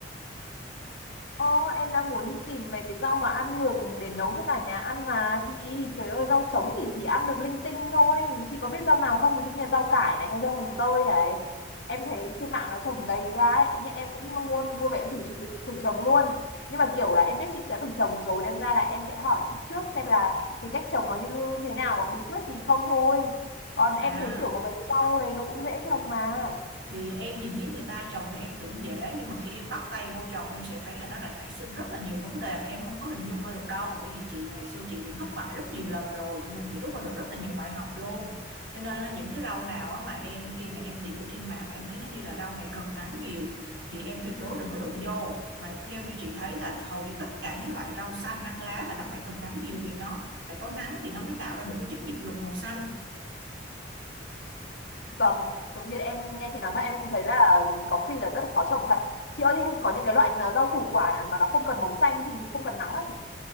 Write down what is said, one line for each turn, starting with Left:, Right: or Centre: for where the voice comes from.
Left: Ồ, em đang muốn tìm mấy cái rau mà ăn được để nấu cho cả nhà ăn mà chị trời ơi rau sống thì chỉ ăn được linh tinh thôi chị có biết rau nào không ví dụ như là rau cải này hay rau mồng tơi này em thấy trên mạng nó trồng đầy ra ấy nên em cũng mua mua về em thử thử, thử trồng luôn nhưng mà kiểu là em biết chị đã từng trồng rồi nên ra là em sẽ hỏi chị trước xem là cái cách trồng nó như thế nào có bí quyết gì không thôi còn em
Right: à
Left: thấy kiểu có mấy cái rau đấy nó cũng dễ trồng mà
Right: thì em nhìn thấy người ta chồng thì em tưởng dễ nhưng mà khi em bắt tay vô chồng em sẽ thấy là nó đã nảy sinh rất là nhiều vấn đề mà em không có hình dung ra được đâu bởi vì chị ngày xưa chị cũng thất bại rất nhiều lần rồi cho nên chị rút ra được rất là nhiều bài học luôn cho nên á, những cái rau nào á mà em khi mà em tìm hiểu trên mạng mà em thấy nó ghi là rau này cần nắng nhiều thì em tuyệt đối đừng có đụng vô mà theo như chị thấy là hầu như tất cả những loại rau xanh ăn lá là nó phải cần nắng nhiều vì nó phải có nắng thì nó mới tạo ra được cái chất diệp lục màu xanh
Left: Vâng, tự nhiên em nghe chị nói ra em cũng thấy là có khi là rất là khó trồng thật. Chị ơi, thế có những cái loại là rau củ quả nào mà nó không cần màu xanh thì không cần nắng hả chị?